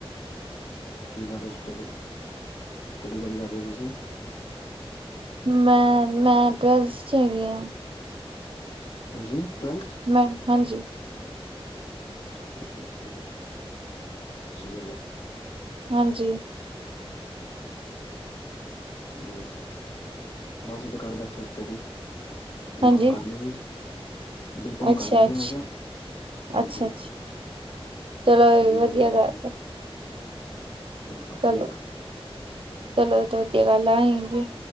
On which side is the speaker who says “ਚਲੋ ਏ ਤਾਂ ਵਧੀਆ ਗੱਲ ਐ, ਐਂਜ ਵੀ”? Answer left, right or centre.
Right